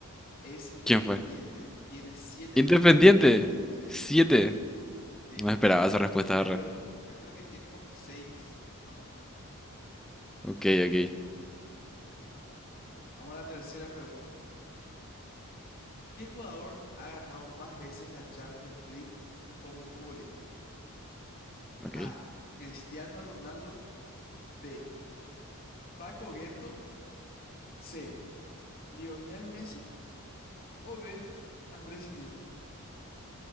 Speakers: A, on the left; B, in the centre.
A: Es Independiente.
B: ¿Quién fue?
A: Tiene siete
B: Independiente.
A: títulos. Sí,
B: Siete.
A: señor. Eh,
B: No
A: Boca,
B: esperaba
A: creo,
B: esa respuesta,
A: Boca,
B: arre.
A: creo, Boca creo que tiene como seis, más o menos.
B: Ok, ok,
A: Ok. Vamos a la tercera pregunta. ¿Qué jugador ha ganado más veces la Champions League como futbolista?
B: ok.
A: A. Cristiano Ronaldo. B. Paco Gento. C. Lionel Messi o D. Andrés Iniesta.